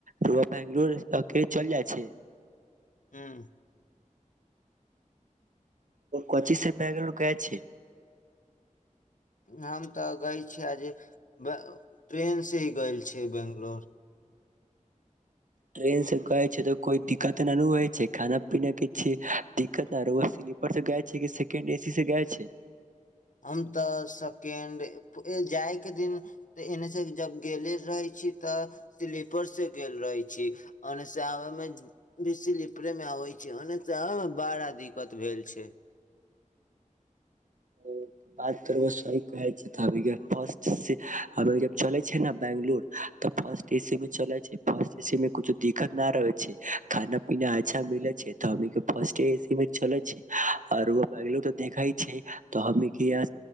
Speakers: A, on the right; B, on the left.
A: रउआ बंगलोर के चल जाइ छै
B: हँ
A: कच्चीस पग लोकके छै
B: हम तऽ गै छियै आ जे ब ट्रेनसँ ही गेल छियै बेंगलोर
A: ट्रेन से गए छै तऽ कोइ दिक्कत नहि होइ छै खाना पीना के छिय दिक्कत नहि रह स्लीपर से गए छै कि सेकेंड एसी से गए छै
B: हम तऽ सकेण्ड जायके दिन तऽ एन्नऽसँ जब गेले रहै छी तऽ स्लीपरसँ गेल रहै छी ओन्नऽसँ आबयमे भी स्लीपरेमे आबै छी ओन्नऽसँ आबयमे बड़ा दिक्कत भेल छै
A: चले छै ने बंगलुरु तऽ फर्ट एसी मे चले छै फर्ट एी मे कुछो दिक्कत न रहे छै खाना पीना अच्छा मिले छै तऽ फर्ट एी मे चले छै आर बंगलोर त देखे छै तऽ हम यहा